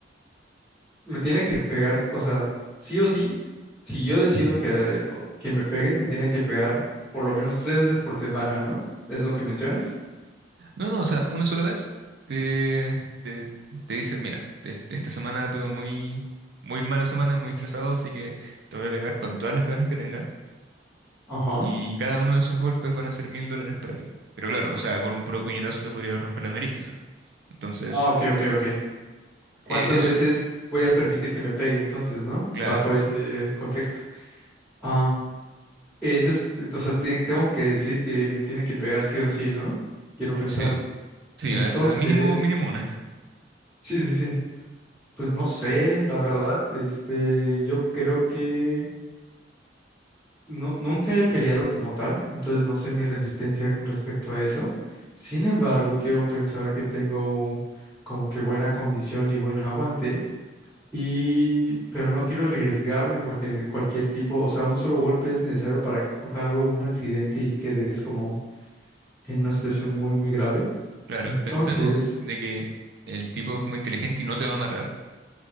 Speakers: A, in the centre; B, on the right (about 60°).
A: Me tiene que pegar, o sea, sí o sí, si yo decido que, o- que me pegue, me tiene que pegar por lo menos tres veces por semana, ¿no? ¿Es lo que mencionas?
B: No, no, o sea, una sola vez te, te, te dice, mira, es- esta semana tuve muy, muy mala semana, muy estresado, así que te voy a pegar con todas las ganas que tenga
A: Ajá.
B: y cada uno de esos golpes van a ser mil dólares para ti. Pero claro, o sea, con un puro puñetazo te podría romper la nariz quizás. Entonces,
A: Ah, ok, ok, ok. ¿Cuántas
B: eh, eso,
A: veces voy a permitir que me pegue entonces, ¿no?
B: claro,
A: Bajo ese contexto. Ah, Ese es, eh, o sea, te- tengo que decir que me tiene que pegar sí o sí, ¿no? Quiero pensar.
B: sí, sí,
A: Entonces,
B: o sea, mínimo, mínimo una.
A: sí, sí, sí. Pues no sé, la verdad, este, yo creo que no, nunca he peleado como tal, entonces no sé mi resistencia con respecto a eso. Sin embargo, quiero pensar que tengo como que buena condición y buen aguante, y, pero no quiero arriesgarme porque cualquier tipo, o sea, un solo golpe es necesario para que ocurra algo, un accidente y quedes como en una situación muy, muy grave.
B: Claro,
A: Entonces,
B: pensemos de que el tipo es como inteligente y no te va a matar.